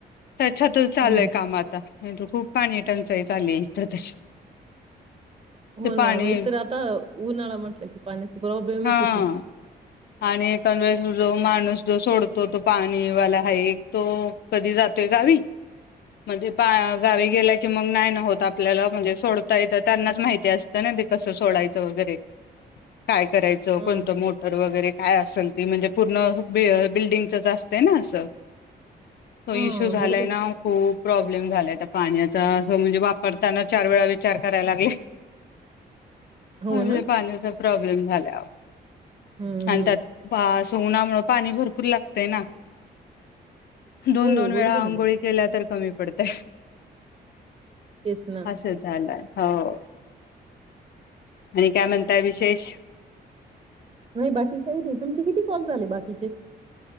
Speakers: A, on the left (about 65°); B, on the right (about 35°).
A: त्याच्यातच चालयं
B: हम्म
A: काम आता. नाही तरं खूप पाणी टंचाई, चालयी इथं तशी.
B: हो
A: ते पाणी
B: ना मगं एकतर आता उन्हाळा म्हटलं, की पाण्याचे प्रॉब्लेमच
A: हा
B: येतील.
A: आणि एखाद्य वेळेस, जो माणूस जो सोडतो तो पाणीवाला हाए एक तो कधी जातोय गावी, म्हणजे पा गावी गेला कि मग नाही न होत आपल्याला म्हणजे सोडता येत त्यांनाच माहिती असतं ना ते कसं सोडायचं वगैरे. काय करायचं
B: हा
A: कोणतं मोटर वगैरे कायं असल ते म्हणजे पूर्ण बिल्डीगंचं असतेना असं. तो
B: हा
A: इश्यू, झालाय
B: बरोबर
A: ना
B: आहे
A: खूप. प्रॉब्लेम झालाय आता पाण्याचा, असं म्हणजे वापरताना चार वेळा विचार करायला लागले.
B: हो
A: आज
B: ना
A: ही पाणी चा. प्रॉब्लेम झाला आव
B: हम्म
A: अंन
B: हम्म
A: त्यात पास उन्हामुळ, पाणी भरपूर लागतय ना. दोन,
B: हो
A: दोन वेळा
B: बरोबर
A: आंघोळी
B: आहे ना
A: केल्या तर कमी पडते.
B: तेच ना
A: आसं झाल हा ओ आणि काय म्हणताय विशेष.
B: नाही बाकी काही नाही तुमचे किती कॉल झाले बाकीचे?